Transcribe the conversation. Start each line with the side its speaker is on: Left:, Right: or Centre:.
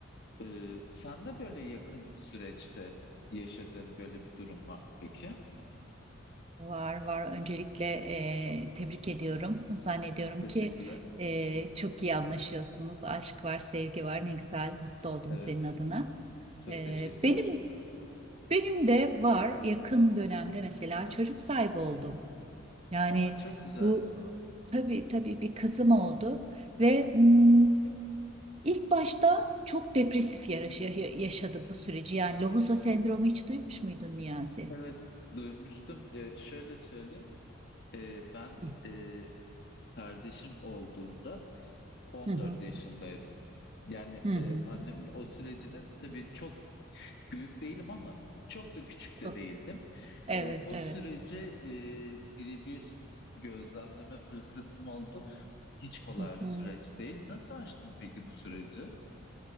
Left: Ee, sen de böyle yakın süreçte yaşadığın böyle bir durum var mı peki?
Right: Var var. Öncelikle e, tebrik ediyorum. Zannediyorum
Left: Teşekkürler.
Right: ki e, çok iyi anlaşıyorsunuz. Aşk var, sevgi var. Ne güzel. Mutlu oldum
Left: Evet,
Right: senin adına.
Left: çok
Right: E,
Left: teşekkürler.
Right: benim benim de var. Yakın dönemde mesela çocuk sahibi oldum. Yani.
Left: Aa, çok güzel.
Right: Bu Tabii tabii bir kızım oldu ve mm, ilk başta çok depresif yara- ya- yaşadım bu süreci. Yani lohusa sendromu hiç duymuş muydun Niyazi?
Left: Evet, duymuştum. Ee, şöyle söyleyeyim. Ee, ben
Right: Hı
Left: e, kardeşim olduğunda 14
Right: hı
Left: yaşındaydım. Yani
Right: hı.
Left: e,
Right: hı.
Left: annemin o sürecine tabii çok büyük değilim ama çok da küçük de
Right: Çok.
Left: değildim.
Right: Evet
Left: Ee, o
Right: evet.
Left: süreci e, birebir gözlemleme fırsatım oldu Hiç kolay
Right: Hı hı.
Left: bir süreç değil. Nasıl aştın peki bu süreci?